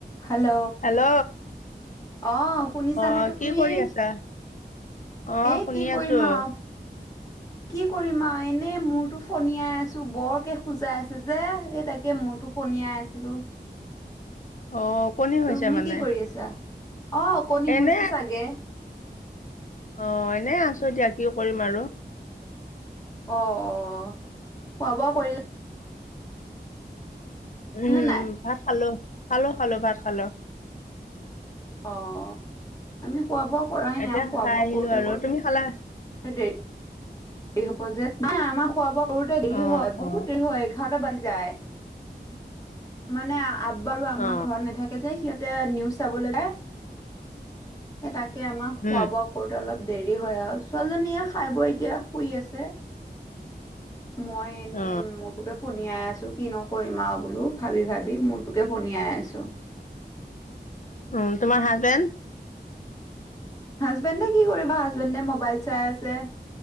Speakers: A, on the left; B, on the left.
A: হাল্ল'।
B: Hello.
A: অ' শুনিছানে
B: অ',
A: তুমি
B: কি কৰি আছা?। অ',
A: এ
B: শুনি
A: কি কৰিম
B: আছো।
A: আৰু কি কৰিম আৰু এনেই মূৰতটো ফনিয়াই আছো, বৰকে খোজাই আছে যে এই তাকে মূৰটো ফনিয়াই আছিলো,
B: অ টোপনি হৈছে
A: তুমি
B: মানে
A: কি কৰি আছা?। অ', উকণী
B: এনে
A: হৈছে চাগে।
B: অ', এনেই আছো দিয়া কি কৰিম আৰু।
A: অ', অ', অ' খোৱা-বোৱা কৰিল
B: উম,
A: নে নাই
B: ভাত খালো, খালো খালো ভাত খালো।
A: অ', আমি খোৱা বোৱা কৰাই
B: এতিয়া
A: নাই, খোৱা
B: খাই
A: বোৱা
B: আহিলো
A: কৰোতে
B: আৰু
A: কৰোতে
B: তুমি খালা?
A: দেৰি হব যে, নাই নাই আমাৰ খোৱা বোৱা কৰোতে দেৰি
B: অ
A: হয় বহুত
B: অ
A: দেৰি হয়। এঘাৰতা বাজি যায়। মানে আব্বা আৰু আম্মা
B: অ
A: ঘৰত নাথা কে যে সিহঁতে নিউজ চাবলৈ যায়, সে তাকে আমাৰ খোৱা
B: উম
A: বোৱা কৰোতে অলপ দেৰি হয় আৰু, ছোৱালীজনীয়ে খাই বৈ এতিয়া শুই আছে। মই এনেই
B: অ
A: মূৰ তোকে ফনিয়াই আছো কিনো কৰিম আৰু বোলো ভাবি ভাবি মূৰটোকে ফনিয়াই আছো।
B: উম, তোমাৰ হাজবেণ্ড?
A: হাজবেণ্ডে কি কৰিব, হাজবেণ্ডে মোবাইল চাই আছে।